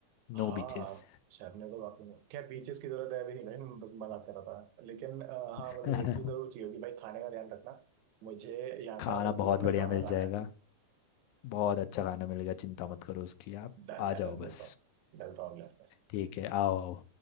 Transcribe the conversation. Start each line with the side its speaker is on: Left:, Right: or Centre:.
Left: नो
Right: हाँ
Left: बीचेस
Right: शहरने तो बाकी में क्या बीचेस की जरूरत है अभी नहीं भाई मैं बस मजाक कर रहा था लेकिन अ,
Left: <laughs>
Right: हाँ मुझे एक चीज जरूर चाहिए होगी भाई खाने का ध्यान रखना मुझे यहाँ
Left: खाना
Right: का लाइक
Left: बहुत
Right: लोकल
Left: बढ़िया
Right: खाना
Left: मिल
Right: खाना
Left: जाएगा
Right: है
Left: बहुत अच्छा खाना मिलेगा चिंता मत करो उसकी आप
Right: डन
Left: आ
Right: है
Left: जाओ
Right: फिर
Left: बस
Right: मिलता हूँ मिलता हूँ अगले हफ्ते
Left: ठीक है आओ आओ